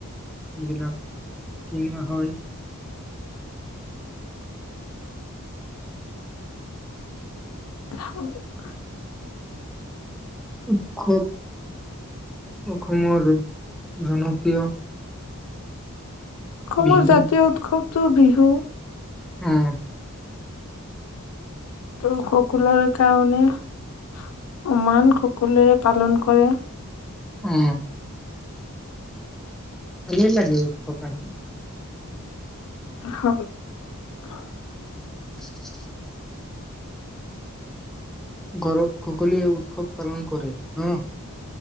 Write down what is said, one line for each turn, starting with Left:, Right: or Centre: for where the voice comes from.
Centre: এইবিলাক কিনা হয়
Left: <inaudible>
Centre: উৎসৱ অসমৰ জনপ্ৰিয়
Left: অসমৰ
Centre: বিহু
Left: জাতীয় উৎসৱ কোনটো বিহু
Centre: উম
Left: ত সকলোৰে কাৰণে সমান সকলোৱে পালন কৰে
Centre: উম ভালে লাগে উৎসৱ <inaudible>
Left: হয় <inaudible>
Centre: <unintelligible> ঘৰত সকলোৱে উৎসৱ পালন কৰে ন